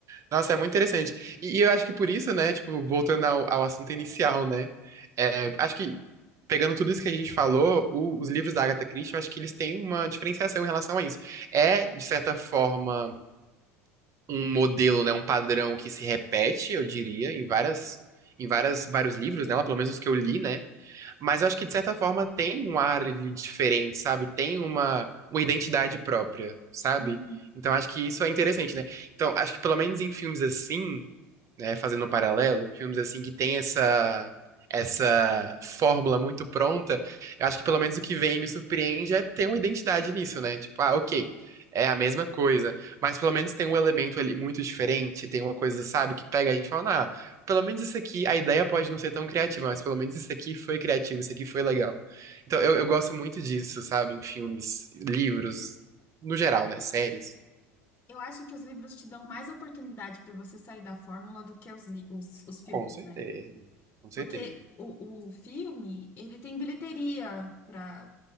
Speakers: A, on the right; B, on the left.
A: Nossa, é muito interessante. E, e eu acho que por isso, né, tipo, voltando ao, ao assunto inicial, né? é, acho que pegando tudo isso que a gente falou, o- os livros da Agatha Christie, eu acho que eles têm uma diferenciação em relação a isso. É, de certa forma um modelo, né, um padrão que se repete, eu diria, em várias em várias vários livros dela, pelo menos os que eu li, né? Mas eu acho que de certa forma tem um ar ali diferente, sabe? Tem uma uma identidade própria, sabe?
B: Uhum.
A: Então acho que isso é interessante, né? Então acho que pelo menos em filmes assim, né, fazendo um paralelo, filmes assim que tem essa essa fórmula muito pronta, eu acho que pelo menos o que vem e me surpreende é ter uma identidade nisso, né? Tipo, ah, ok, é a mesma coisa, mas pelo menos tem um elemento ali muito diferente, tem uma coisa, sabe, que pega a gente e fala, ah, pelo menos isso aqui, a ideia pode não ser tão criativa, mas pelo menos isso aqui foi criativo, isso aqui foi legal. Então eu, eu gosto muito disso, sabe, em filmes, livros, no geral, né? Séries.
B: Eu acho que os livros te dão mais oportunidade para você sair da fórmula do que os, li- os, os filmes,
A: Com certeza,
B: né?
A: com certeza,
B: Porque o, o filme, ele tem bilheteria para